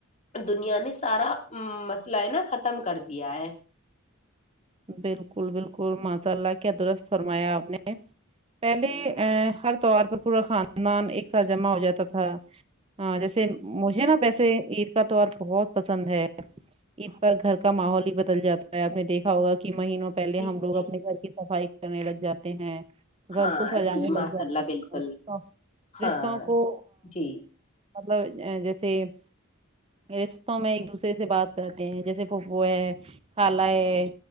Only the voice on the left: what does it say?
دنیا نے سارا مسئلہ ہے نا ختم کر دیا ہے
جی
جی
ہاں
جی
ماشاء
اللہ بالکل
ہاں
جی